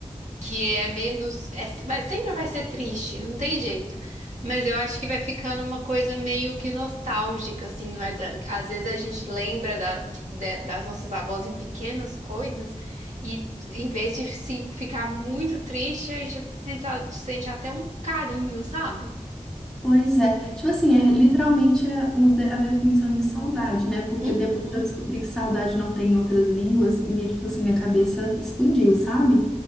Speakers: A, on the right (about 70°); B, in the centre.
A: que é menos, é- vai- sempre vai ser triste, não tem jeito. Mas eu acho que vai ficando uma coisa meio que nostálgica, assim, vai da- às vezes a gente lembra da- de- de- das nossas avós em pequenas coisas e em vez de se ficar muito triste, a gente sente, a- sente até um carinho, sabe?
B: Pois é. Tipo assim, é literalmente a, o de- a definição de saudade, né? Porque
A: Uhum,
B: depois que eu descobri que saudade não tem em outras línguas, minha, tipo assim, minha cabeça explodiu, sabe?